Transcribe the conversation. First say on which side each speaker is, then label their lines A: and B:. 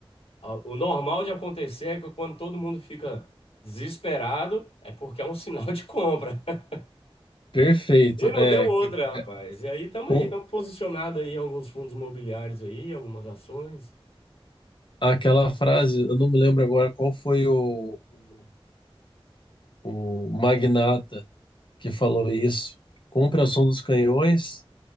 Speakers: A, on the left; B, on the left.
A: o normal de acontecer é que quando todo mundo fica desesperado, é porque é um <laughs> sinal de compra. <laughs>
B: perfeito.
A: E não
B: É,
A: deu outra,
B: é,
A: rapaz. E aí estamos
B: com
A: aí, estamos posicionados aí em alguns fundos imobiliários aí, algumas ações.
B: aquela frase, eu não me lembro agora qual foi o, o, o magnata que falou isso. Compre ao som dos canhões